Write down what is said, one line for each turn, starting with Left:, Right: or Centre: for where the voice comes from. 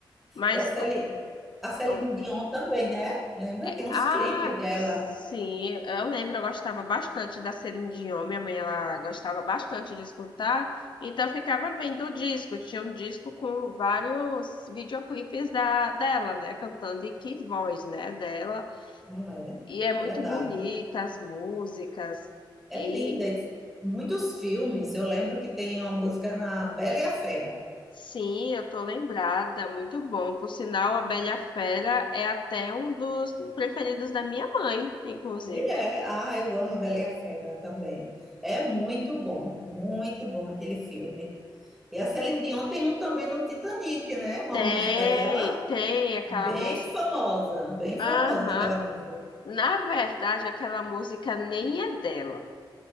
Left: Mas,
Centre: E a Celine,
Left: oh,
Centre: a Celine
Left: oh,
Centre: Dion também, né? Lembra?
Left: ah,
Centre: Tem uns clipes dela.
Left: sim, eu lembro, eu gostava bastante da Celine Dion, minha mãe, ela gostava bastante de escutar, então eu ficava vendo o disco, tinha um disco com vários videoclipes da, dela, né, cantando, e que voz, né, dela,
Centre: Não é?
Left: e é muito
Centre: Verdade.
Left: bonita as músicas,
Centre: É
Left: e
Centre: linda. Muitos filmes. Eu lembro que tem uma música na Bela e a Fera.
Left: sim, eu tô lembrada, muito bom, por sinal, a Bela e a Fera é até um dos preferidos da minha mãe, inclusive.
Centre: E é, ah, eu amo a Bela e a Fera também. É muito bom, muito bom aquele filme. E a Celine Dion tem um também no Titanic, né? Uma
Left: Tem,
Centre: música dela
Left: tem aquela
Centre: bem
Left: música.
Centre: famosa, bem
Left: Aham.
Centre: famosa aquela música.
Left: Na verdade, aquela música nem é dela.